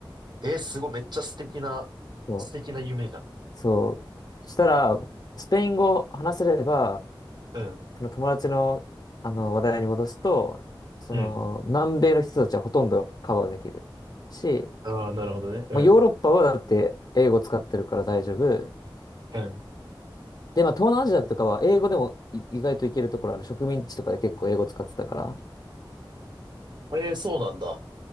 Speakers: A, on the right (about 55°); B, on the left (about 50°).
A: え、すごい、めっちゃ素敵な、
B: そう。
A: 素敵な夢じゃん。
B: そうしたら、スペイン語を話せれば、
A: うん。
B: その友達の、あの話題に戻すと、その、
A: うん。
B: 南米の人たちはほとんどカバーできるし、
A: ああ、なるほどね。うん。
B: まあ、ヨーロッパはだって英語使ってるから大丈夫。
A: うん。
B: で、まあ、東南アジアとかは英語でもい意外といけるところある。植民地とかで結構英語使ってたから。
A: えー、そうなんだ。